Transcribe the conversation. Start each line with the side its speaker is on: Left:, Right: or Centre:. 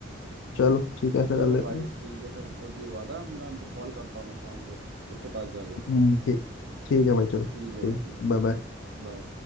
Left: चलो ठीक है ऐसा
Right: चलो
Left: कर लेते
Right: भाई
Left: हैं
Right: ठीक है फिर बहुत ही बात है मैं कॉल करता हूँ मैं शाम को उसके पास जाके
Left: हम्म, ठीक ठीक है
Right: ठीक
Left: भाई चलो
Right: ठीक है
Left: ठीक
Right: भाई ठीक है
Left: Bye bye
Right: बाय